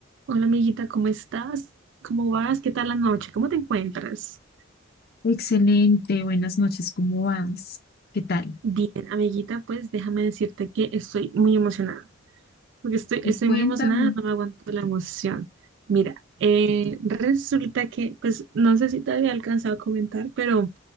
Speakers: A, on the right; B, on the left.
A: Hola amiguita, ¿cómo estás? ¿Cómo vas? ¿Qué tal la noche? ¿Cómo te encuentras?
B: Excelente, buenas noches, ¿cómo vas? ¿Qué tal?
A: Bien, amiguita, pues déjame decirte que estoy muy emocionada, porque estoy, estoy
B: Cuéntame.
A: muy emocionada, no me aguanto la emoción. Mira, eh, resulta que, pues no sé si te había alcanzado a comentar, pero